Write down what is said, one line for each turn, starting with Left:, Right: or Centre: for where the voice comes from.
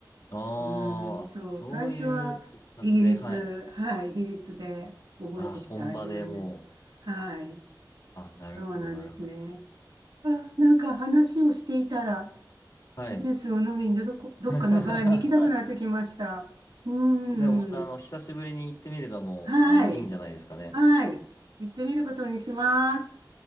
Left: あー
Right: うーん、そう、
Left: あ、そういういきさつで、
Right: 最初はイギリス、
Left: はい。
Right: はい、イギリスで覚えてきた味なんです。
Left: あ、本場でもう、
Right: はい、
Left: あ、なるほど、
Right: そうなんですね。
Left: なるほど。
Right: あ、なんか話をしていたら、
Left: はい。
Right: ギネスを飲みにどこ、どっかのバーに行きたくなってきました。
Left: <laughs>
Right: うーん、
Left: でもまた、あの、久しぶりに行ってみるのも、
Right: はい、
Left: あの、いいんじゃないですかね。
Right: はい、行ってみることにします。